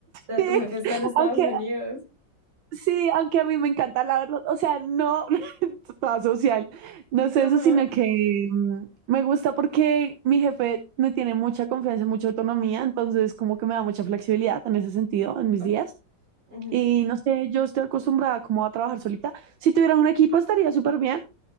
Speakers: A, on the right; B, on the right.
A: sea,
B: Sí, <laughs>
A: tu jefe está en Estados
B: aunque
A: Unidos.
B: sí, aunque a mí me encanta la verdad, o sea, no <laughs> toda social, no
A: Ajá.
B: sé eso, sino que mm, me gusta porque mi jefe me tiene mucha confianza, mucha autonomía, entonces como que me da mucha flexibilidad en ese sentido en mis
A: Ok.
B: días.
A: ujú.
B: Y no sé, yo estoy acostumbrada como a trabajar solita. Si tuviera un equipo estaría súper bien,